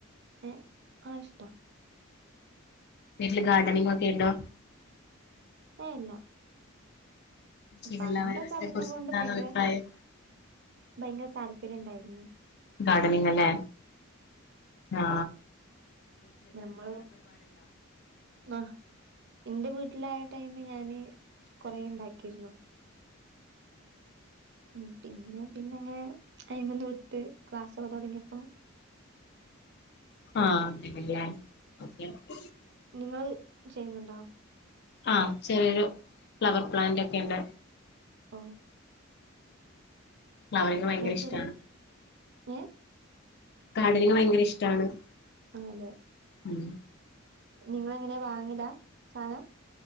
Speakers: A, on the right; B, on the left.
A: ഏ ആ ഇഷ്ട
B: വീട്ടില് ഗാർഡനിങ് ഒക്കെ ണ്ടോ
A: ഏ ല്ല
B: ഷിഗല്ല
A: പണ്ടൊപ്പോ
B: വൈറസിനെ
A: അതിനെ
B: കുറിച്ച്
A: കൊണ്ട്
B: എന്താണ്
A: ഭയങ്കര
B: അഭിപ്രായം
A: ഭയങ്കര താല്പര്യംണ്ടായിരുന്നു
B: ഗാർഡനിങ് അല്ലേ ആ
A: ഞമ്മള് ആ എന്റെ വീ വീട്ടിലായ ടൈമ ഞാന് കൊറ ഉണ്ടാക്കിരുന്നു മ് പിന്നെ പിന്നെ ങ്ങനെ അയിന്ന് വിട്ട് ക്ലാസ്ഒക്കെ തുടങ്ങിയപ്പോ
B: ആ <unintelligible>
A: നിങ്ങൾ ചെയ്യുന്നുണ്ടോ
B: ആ ചെറിയൊരു ഫ്ലവർ പ്ലാന്റ് ക്കെുണ്ട്
A: ഒ
B: ഫ്ലവറിങ്ങ് ഭയങ്കര
A: എന്നുവെച്ചാല്
B: ഇഷ്ടാണ്
A: ഏ
B: ഗാർഡനിങ് ഭയങ്കര ഇഷ്ടാണ്
A: ആതെ
B: <unintelligible>
A: നിങ്ങ ളെ എങ്ങനെ വാങ്ങിടാ സാനം